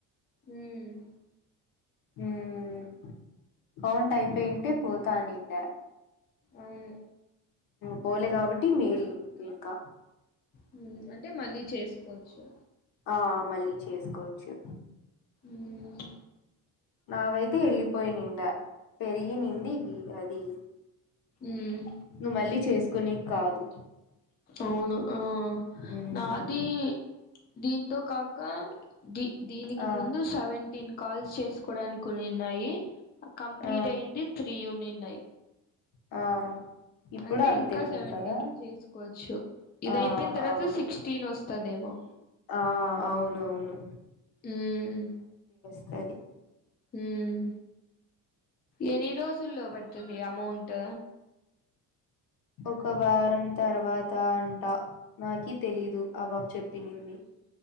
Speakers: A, on the left; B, on the left.
A: ఉమ్
B: ఉమ్ కౌంట్ అయిపోయింటే పోతా నిండా
A: అవును
B: పోలే కాబట్టి మేలికు ఇంకా
A: ఉమ్ అంటే మళ్ళీ చేసుకోచ్చు
B: ఆ మళ్ళీ చేసుకోచ్చు
A: ఉమ్
B: నా వైతే ఎళ్ళలిపోయి నిండ పెరి నినిందీగి అదీ
A: ఉమ్
B: నువ్ మళ్ళీ చేసుకునే కాదు
A: అవును ఆ
B: ఉమ్
A: నాది దీంతో కాక్ కా ది దీనికి
B: ఆ
A: ముందు సెవెంటీన్ కాల్స్ చేసుకోవడానికి ఉన్నాయి కంప్లీట్
B: ఆ
A: అయింది త్రీ యూనియన్ అయి
B: ఆ ఇప్పుడు
A: అంటే
B: అంతే
A: ఇంకా
B: ఉంది
A: సెవెంటీన్
B: కదా
A: చేసుకోవచ్చు ఇదయిపోయిన
B: ఆ
A: తర్వాత
B: అవును
A: సిక్స్టీన్ ఒస్తదేమో
B: ఆ అవును అవును
A: ఉమ్
B: అది
A: ఉమ్ ఎన్ని రోజుల్లో పడుతుంది అమౌంట్
B: ఒక వారం తర్వాత్ తా అంట నాకీ తెలీదు ఆ పాప చెప్పినింది